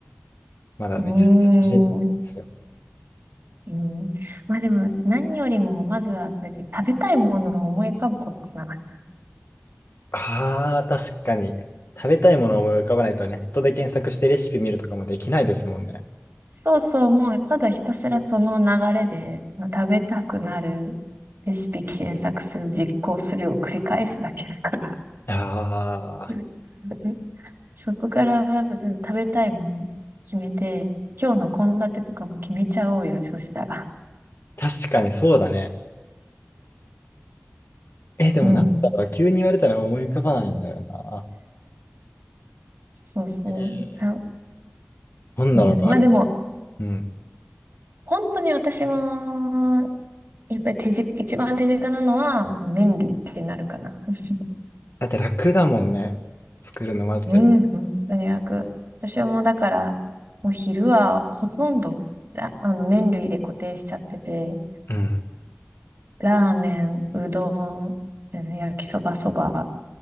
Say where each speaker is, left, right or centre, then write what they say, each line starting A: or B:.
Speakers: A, on the left; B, on the right.
A: まだめちゃめちゃ楽しいんですよ。
B: うーん。うん。まあでも、何よりも、まずは、だって食べたいものを思い浮かぶことかな。
A: ああ、確かに。食べたいものを思い浮かばないと、ネットで検索してレシピ見るとかもできないですもんね。
B: そうそう、もう、ただひたすらその流れで、食べたくなるレシピ検索する、実行するを繰り返すだけだから。
A: ああ、
B: うんうんそこからはまず食べたいもの決めて、今日の献立とかも決めちゃおうよ、そしたら。
A: 確かにそうだね。え、でもなんだろう、
B: うん。
A: 急に言われたら思い浮かばないんだよな。
B: そうそう。
A: えー
B: あ、
A: どんなのがある
B: うん。まあでも、
A: うん。
B: 本当に私も、やっぱり手近、一番手近なのは麺類ってなるかな。<laughs>
A: だって楽だもんね。作るのマジで。
B: うん、うん本当に楽。私はもうだから、もう昼はほとんど、らあの、麺類で固定しちゃってて、
A: うん。
B: ラーメン、うどん、うん焼きそば、そば、